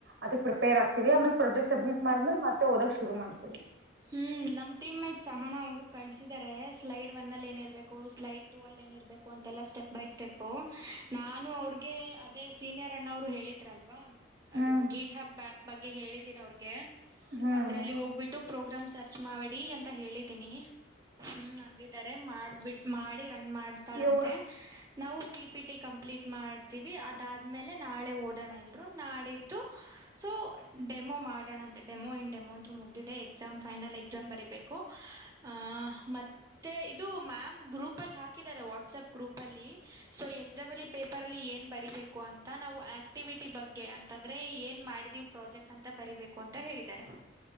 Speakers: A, on the right (about 60°); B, on the right (about 20°).
A: ಅದಕ್ ಪ್ರಿಪೇರ್ ಆಗ್ತಿೀವಿ ಆಮೇಲೆ ಪ್ರೊಜೆಕ್ಟ್ ಸಬ್ಮಿಟ್ ಮಾಡಿದ್ಮೇಲೆ ಮತ್ತೆ ಹಓದಾಗಕ್ ಶುರು ಮಾಡ್ತೀವಿ
B: ಹ್ಮ್ ನಮ್ ಟೀಮ್ ಮೇಟ್ ಚಹಾನ ಅವ್ರು ಕಳಸಿದ್ದಾರೆ ಸ್ಲೈಡ್ ಒನ್ ಅಲ್ಲಿ ಏನಿರ್ಬೇಕು ಸ್ಲೈಡ್ ಟೂ ಅಲ್ಲಿ ಏನಿರ್ಬೇಕು ಅಂತೆಲ್ಲಾ ಸ್ಟೆಪ್ ಬೈ ಸ್ಟೆಪ್ ನಾನು ಅವ್ರಗೆ ಅದೇ ಸೀನಿಯರ್ ಅಣ್ಣ ಅವ್ರು ಹೇಳಿದ್ರ ಅಲ್ವಾ.
A: ಹ್ಮ್
B: ಅದು ಗೀಟ್ ಹಬ್ಬಪ್ ಬಗ್ಗೆ ಹೇಳಿದೀನಿ ಅವ್ರಗೆ
A: ಹ್ಮ್
B: ಅದ್ರಲ್ಲಿ ಹೋಗ್ಬಿಟ್ಟು ಪ್ರೋಗ್ರಾಮ್ ಸರ್ಚ್ ಮಾಡಿಡಿ ಅಂತ ಹೇಳಿದೀನಿ ಹ್ಮ್ ಅಂದಿದ್ದಾರೆ ಮಾಡಬಿಟ್ ಮಾಡಿ ರನ್ ಮಾಡ್ತಾಳಂತೆ
A: ಯವ್ವ
B: ನಾವು ಪಿ ಪಿ ಟಿ ಕಂಪ್ಲೀಟ್ ಮಾಡ್ತೀವಿ ಅದಾದಮೇಲೆ ನಾಳೆ ಓದೋಣ ಇಲ್ರು ನಾಡಿದ್ದು ಸೊ ಡೆಮೋ ಮಾಡೋಣ ಅಂತ ಡೆಮೋ ಇನ್ ಡೆಮೋ ಅಂತೂ ಮುಗ್ದಿದೆ ಎಸಾಮ್ ಫೈನಲ್ ಎಕ್ಸಾಮ್ ಬರೀಬೇಕು ಆ ಮತ್ತೆ ಇದು ಮ್ಯಾಮ್ ಗ್ರೂಪ್ ಅಲ್ಲಿ ಹಾಕಿ ಹ ವಾಟ್ಸ್ಪ್ ಗ್ರೂಪ್ ಅಲ್ಲಿ ಸೊ ಎಸ್ ಡಬ್ಲ್ ಪೇಪರ್ ಅಲ್ಲಿ ಏನ್ ಬರಿೀಬೇಕು ಅಂತ ನಾವು ಆಕ್ಟಿವಿ ಟಿ ಬಗ್ಗೆ ಅಂತಂದ್ರೆ ಏನ್ ಮಾಡಿದೀವ ಪ್ರಾಜೆಕ್ಟ್ ಅಂತ ಬರಿಬೇಕು ಅಂತ ಹೇಳಿದಿದ್ದಾರೆ